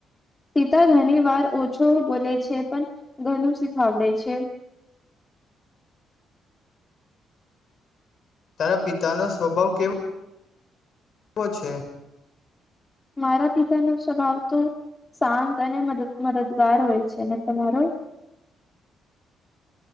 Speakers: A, on the left; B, on the left.
A: પિતા ઘણી વાર ઓછો બોલે છે પણ ઘણું શીખાવડે છે
B: તારા પિતાનો સ્વભાવ કેવો શો છે
A: મારા પિતા ન સ્વભાવ તો શાંત અને મદદગાર હોય છે ને તમારો